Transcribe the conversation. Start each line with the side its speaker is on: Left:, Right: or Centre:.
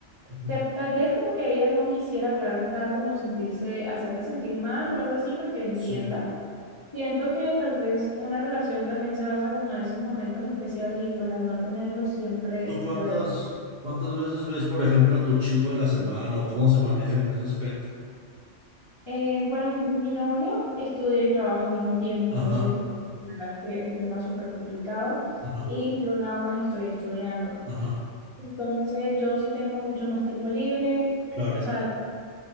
Right: ujú,
Left: te- tal vez como que ella no quisiera, claro, está como sentirse, hacerte sentir mal o algo así porque entienda.
Right: sí.
Left: Siento que tal vez una relación también se basa como en esos momentos especiales y pues al no tenerlos siempre,
Right: ¿Tú cuántas,
Left: pues,
Right: cuántas veces ves, por ejemplo, a tu chico a la semana o cómo se manejan en ese aspecto?
Left: eh, bueno, mi novio estudia y trabaja al mismo tiempo,
Right: Ajá,
Left: entonces yo- la verdad es que es un tema súper complicado
Right: ajá,
Left: y yo nada más estoy estudiando.
Right: ajá.
Left: Entonces yo sí tengo mucho más tiempo libre,
Right: Claro.
Left: o sea...